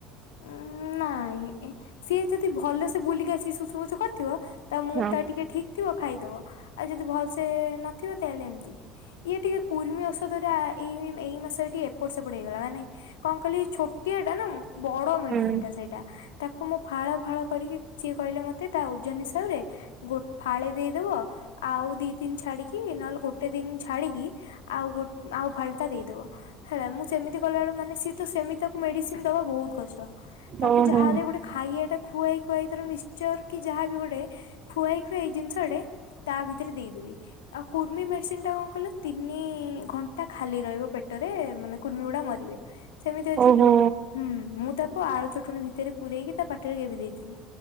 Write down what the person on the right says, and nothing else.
ହଁ
ହୁଁ
ଓହୋ
ଓହୋ